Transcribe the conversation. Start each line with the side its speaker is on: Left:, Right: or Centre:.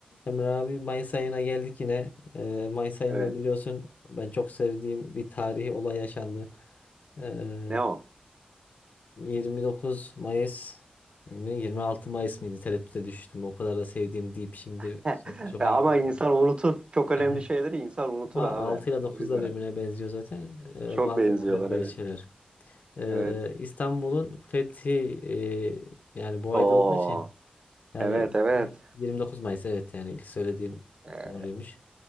Left: Emre abi Mayıs ayına geldik yine. Ee, Mayıs ayında
Right: Evet.
Left: biliyorsun ben çok sevdiğim bir tarihi olay yaşandı. Ee,
Right: Ne o?
Left: 29 Mayıs mi, 26 Mayıs mıydı? Tereddüte düştüm. O kadar da sevdiğim deyip şimdi
Right: <laughs>
Left: çok çok
Right: Ama
Left: iyi olmadı.
Right: insan unutur. Çok
Left: <laughs>
Right: önemli şeyleri insan unutur
Left: Ama
Right: abi.
Left: 6 ile
Right: O
Left: 9
Right: yüzden.
Left: da birbirine benziyor zaten. Ee,
Right: Çok
Left: bazen
Right: benziyorlar
Left: oluyor böyle
Right: evet.
Left: şeyler. Ee,
Right: Evet.
Left: İstanbul'un fethi e, yani bu
Right: Oo.
Left: ayda olduğu için Yani
Right: Evet evet.
Left: bunu bir yirmi dokuz Mayıs evet yani ilk söylediğim
Right: Ee,
Left: doğruymuş.